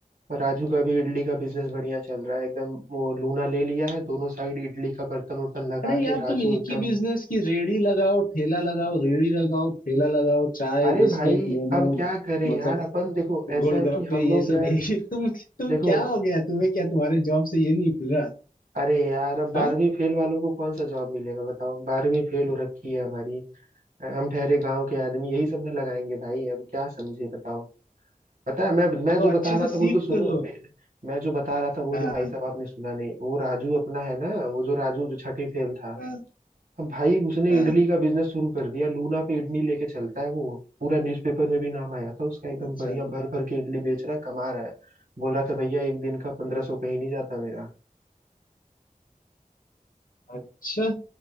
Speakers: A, on the right (about 85°); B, on the left (about 75°).
A: पर राजू का भी इडली का बिजनेस बढ़िया चल रहा है एकदम वो लूना ले लिया है दोनों साइड इडली का बर्तन उर्तन लगा
B: अरे यार
A: के राजू
B: तुम एक
A: एकदम
B: ही बिजनेस की रेड़ी लगाओ ठेला लगाओ रेड़ी लगाओ ठेला लगाओ चाय
A: अरे
B: बिस्किट
A: भाई
B: मोमो
A: अब क्या करें
B: मतलब
A: यार अपन देखो ऐसा
B: गोलगप्पे
A: है कि हम
B: ये
A: लोग
B: सब
A: यार
B: <laughs> एक ही- तुम तुम
A: देखो
B: क्या हो गया तुम्हें क्या तुम्हारे जॉब से ये नहीं मिल रहा
A: अरे यार अब बारहवीं
B: हाँ
A: फेल वालों को कौन सा जॉब मिलेगा बताओ बारहवीं फेल हो रखी है हमारी हम ठहरे गांव के आदमी यही सब ना लगाएंगे भाई अब क्या समझे बताओ पता है मैं मैं
B: तो
A: जो
B: अच्छे
A: बता रहा
B: से सीख
A: था वो तो सुनो
B: तो लो
A: मैं मैं जो बता रहा था वो
B: हाँ
A: तो भाई साहब आपने सुना नहीं वो राजू अपना है ना वो जो राजू जो छठी फेल था
B: हाँ,
A: अब भाई उसने
B: हाँ,
A: इडली का बिजनेस शुरू कर दिया लूना पे इडली लेके चलता है वो पूरा न्यूज़पेपर में भी नाम आया था उसका एकदम
B: अच्छा
A: बढ़िया भर भर के इडली बेच रहा है कमा रहा है बोल रहा था भैया एक दिन का पंद्रह सौ कहीं नहीं जाता मेरा
B: अच्छा